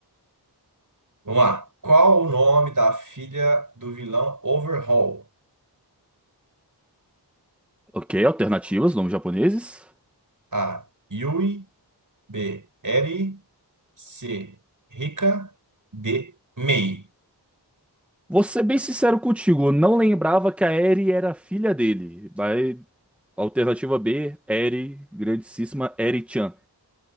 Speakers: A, on the right (about 50°); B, in the centre.
A: Vamos lá. Qual o nome da filha do vilão Overhaul?
B: Ok, alternativas, nomes japoneses.
A: A. Yui. B. Eri. C. Rika. D. Mei.
B: Vou ser bem sincero contigo, eu não lembrava que a Eri era filha dele. Mas, alternativa B, Eri, grandíssima Eri-chan.